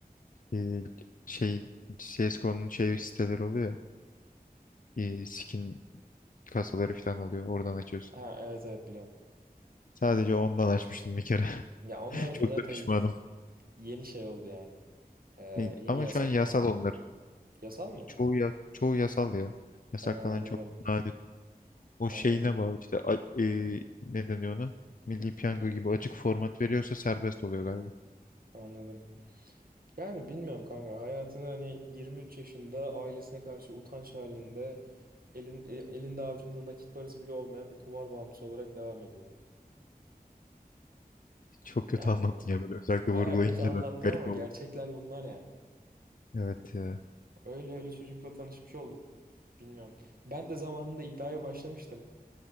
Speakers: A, on the left (about 60°); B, on the right (about 65°).
A: e, şey CSGO'nun şey siteleri oluyor ya, e, skin kasaları falan oluyor. Oradan açıyorsun.
B: Ha evet evet biliyorum.
A: Sadece ondan açmıştım bir kere.
B: Ya onlar
A: <laughs> Çok
B: da zaten
A: da pişmanım.
B: y- yeni şey oldu yani. Ee,
A: E,
B: yeni
A: ama
B: yasaklandı.
A: şu an yasal onlar.
B: Yasal mı?
A: Çoğu ya, çoğu yasal ya. Yasaklanan
B: Ha anladım.
A: çok nadir. O
B: Anladım.
A: şeyine bağlı işte a- e, ne deniyor ona? Milli Piyango gibi açık format veriyorsa serbest oluyor galiba.
B: Anladım. Yani bilmiyorum kanka. Hayatını hani 23 yaşında ailesine karşı utanç halinde elin, e- elinde avucunda nakit parası bile olmayan bir kumar bağımlısı olarak devam ediyor.
A: Çok kötü
B: Yani
A: anlattın ya böyle özellikle
B: baya
A: vurgulayınca
B: kötü anlattım
A: da garip
B: ama
A: oldu.
B: gerçekler bunlar yani.
A: Evet ya.
B: Öyle öyle çocukla tanışmış olduk. Bilmiyorum. Ben de zamanında iddiaya başlamıştım.